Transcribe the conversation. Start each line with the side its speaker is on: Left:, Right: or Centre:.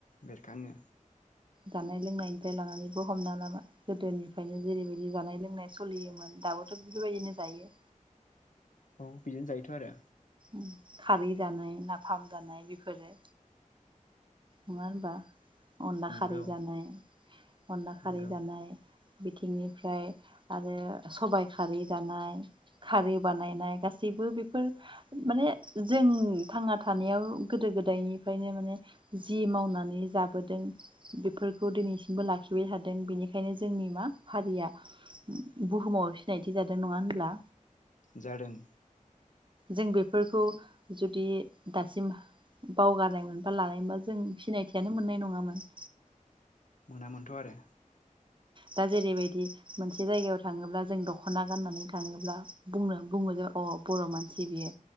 Left: बेरखाङो
Right: जानाय लोंनायनिफ्राय लानानै बो हमना ला लाना गोदोनिफ्रायनो जेरैबायदि जानाय लोंनाय सोलियोमोन दाबोथ' बेफोरबायदिनो जायो।
Left: औ बिदिनो जायोथ' आरो
Right: उम खारै जानाय नाफाम जानाय बेफोरो नङा होनबा? अनला
Left: नोंगौ
Right: खारै जानाय। अनला खारै
Left: नोंगौ
Right: जानाय बिथिंनिफ्राय आरो सबाइ खारै जानाय खारै बानायनाय गासैबो बेफोर माने जों थांना थानायाव गोदो गोदायनिफ्रायनो माने जि मावनानै जाबोदों बेफोरखौ दिनैसिमबो ला खिबाय थादों बेनिखायनो जोंनि मा हारिया बुहुमाव सिनायथि जादों। नङा होनब्ला?
Left: जादों
Right: जों बेफोरखौ जुदि दासिम बावगारनायमोनबा लानाय मोनबा जों सिनायथियानो मोननाय नङामोन।
Left: नामोनथ' आरो
Right: दा जेरैबायदि मोनसे जायगायाव थाङोब्ला जों दख'ना गाननानै थाङोब्ला बुंनो बुङो जों अ बर' मानसि बियो